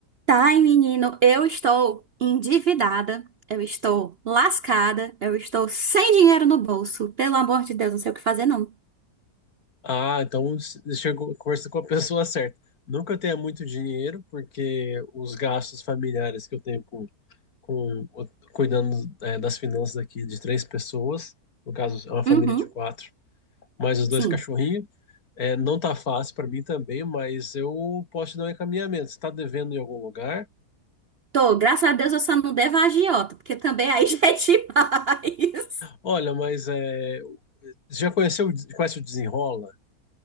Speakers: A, on the right (about 55°); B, on the left (about 65°).
A: Tá, e menino, eu estou endividada, eu estou lascada, eu estou sem dinheiro no bolso. Pelo amor de Deus, não sei o que fazer, não.
B: Ah, então s- chegou, conversa com a pessoa certa. Não que eu tenha muito dinheiro, porque os gastos familiares que eu tenho com, com o- cuidando é, das finanças aqui de três pessoas, no caso é uma família
A: Uhum,
B: de quatro, mais os dois
A: sim.
B: cachorrinhos, é, não tá fácil para mim também, mas eu posso te dar um encaminhamento. Você tá devendo em algum lugar?
A: Tô, graças a Deus eu só não devo a agiota, porque também aí <laughs> já é demais.
B: Olha, mas é, você já conheceu, o des- conhece o Desenrola?